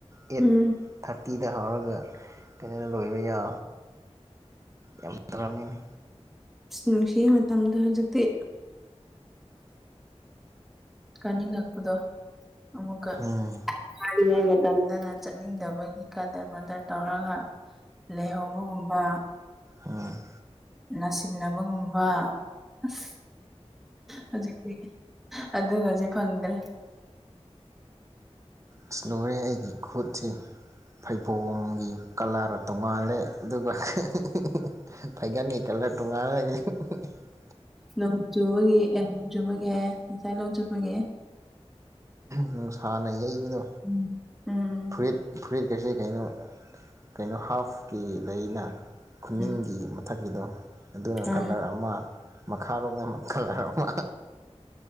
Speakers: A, on the right (about 30°); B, in the centre.
A: ꯑꯦꯠ
B: ꯎꯝ
A: ꯊꯥꯔꯇꯤꯗ ꯍꯧꯔꯒ ꯀꯩꯅꯣꯗ ꯂꯣꯏꯕ ꯌꯥ ꯌꯥꯝ ꯇꯧꯔꯝꯅꯤꯅꯤ
B: ꯅꯨꯡꯁꯤꯒꯤ ꯃꯇꯝꯗ ꯍꯧꯖꯤꯛꯇꯤ ꯀꯥꯅꯤꯡꯉꯛꯄꯗꯣ ꯑꯃꯨꯛꯀ
A: ꯎꯝ
B: ꯍꯥꯏꯔꯤꯉꯩ ꯃꯇꯝꯗꯅ ꯆꯠꯅꯤꯡꯗꯕꯒꯤ ꯀꯥꯗꯔ ꯃꯥꯗꯔ ꯇꯧꯔꯒ ꯂꯩꯍꯧꯕꯒꯨꯝꯕ
A: ꯑꯝ
B: ꯅꯥꯁꯤꯟꯅꯕꯒꯨꯝꯕ ꯑꯁ ꯍꯧꯖꯤꯛꯗꯤ ꯑꯗꯨꯒꯁꯦ ꯐꯪꯗ꯭ꯔꯦ
A: ꯏꯁ ꯂꯣꯏꯔꯦ ꯑꯩꯒꯤ ꯈꯨꯠꯁꯤ ꯐꯩꯕꯣꯝꯒꯤ ꯀꯂꯔ ꯇꯣꯡꯉꯥꯜꯂꯦ ꯑꯗꯨꯒ <unintelligible> ꯐꯩꯒꯟꯒꯤ ꯀꯂꯔ ꯇꯣꯉꯥꯟꯂꯦ <unintelligible>
B: ꯅꯣꯡ ꯆꯨꯕꯒꯤ ꯑꯦ ꯅꯣꯡ ꯆꯨꯕꯒꯤ ꯍꯥꯏ ꯉꯁꯥꯏ ꯅꯣꯡ ꯆꯨꯕꯒꯤ
A: ꯅꯨꯡꯁꯥꯅ ꯌꯩꯕꯗꯣ
B: ꯎꯝ ꯎꯝ
A: ꯐꯨꯔꯤꯠ ꯐꯨꯔꯤꯠꯀꯁꯦ ꯀꯩꯅꯣ ꯀꯩꯅꯣ ꯍꯥꯐꯀꯤ ꯂꯩꯅ ꯈꯨꯅꯤꯡꯒꯤ
B: ꯎꯝ
A: ꯄꯊꯛꯀꯤꯗꯣ ꯑꯗꯨꯅ
B: ꯍꯣꯏ
A: ꯀꯂꯔ
B: ꯍꯣꯏ
A: ꯑꯃ ꯃꯈꯥꯔꯣꯝꯗ ꯀꯂꯔ ꯑꯃ